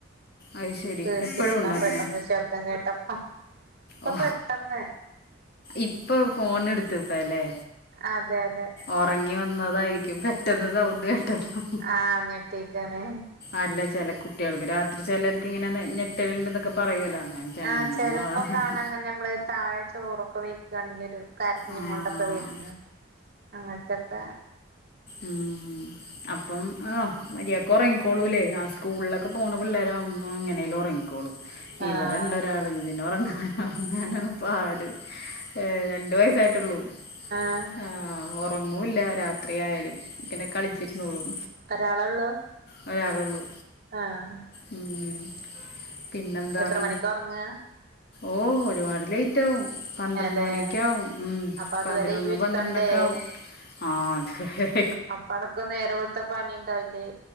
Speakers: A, on the left; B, on the right.
A: അത് ശരി
B: പേടിച്ചിട്ടിണ്ടാവും
A: എപ്പോഴും ഉണ്ടോ അങ്ങനെ
B: പെട്ടന്ന് ശബ്ദം കേട്ടപ്പ. ഇപ്പൊ
A: ഓ
B: പെട്ടെന്ന്
A: ഇപ്പൊ ഫോൺ എട്ത്ത്പ്പ ലെ?
B: അതെ അതെ
A: ഒറങ്ങി വന്നതായിരിക്കും പെട്ടെന്ന് സൗണ്ട് കേട്ടപ്പം
B: ആഹ് ഞെട്ടിക്കാണ്
A: അല്ല ചെല കുട്ട്യാൾക്ക് രാത്രി ചെലർക്ക് ഇങ്ങനെ ഞെ ഞെട്ടല്ണ്ട് ന്നൊക്കെ പറയോലോ ഞാൻ ഞാൻ
B: ആഹ്
A: അങ്ങനെ
B: ചെലപ്പോ
A: ഒന്നും
B: കാണങ്ങനെ മ്മള് താഴെ ചോറൊക്കെ വെയ്ക്കാണെണെങ്കി ഒരു കരഞ്ഞ്
A: ആ
B: കൊണ്ടൊക്കെ വെര്ന് അങ്ങൻത്തക്കെ
A: ഊം അപ്പം ആഹ് മര്യാക്കെ ഒറങ്ങിക്കോളൂലെ ആഹ് സ്കൂൾലൊക്കെ പോണ പിള്ളേരാവുമ്പം പിള്ളേരാവ്മ്പോ എങ്ങനേലും ഒറങ്ങി കോള്
B: ആഹ്
A: ഇവിടെണ്ടൊരാള് ഇതിനോറങ്ങാന ഒറങ്ങാനാണ് പാട് ഏഹ് രണ്ടു വയസ് <unintelligible> ള്ളൂ
B: ആഹ്
A: ആഹ് ഒ ഒന്നൂല്ല രാത്രിയായാല് ഇങ്ങനെ കളിച്ചിര്ന്നോളും.
B: ഒരാളൊള്ളൂ
A: ഒരാളൊള്ളു.
B: ആഹ്
A: മ് പിന്നെന്താണ്?
B: എത്ര മണിക്കാ ഒറങ്ങാ
A: ഓഹ് ഒരുപാട് ലേറ്റ് ആവും പന്ത്രണ്ട്
B: അതെ
A: മണിക്യെ ആവും. മ്
B: അപ്പൊ അതുവരെ
A: പതിനൊന്ന്
B: ഇയ്യ് ഇരിക്കണ്ടേ
A: പന്ത്രണ്ടൊക്കെ ആവും ആഹ് അതെ
B: അപ്പ അണക് നേരം വെൾത്ത പണി ണ്ടാവില്ലേ?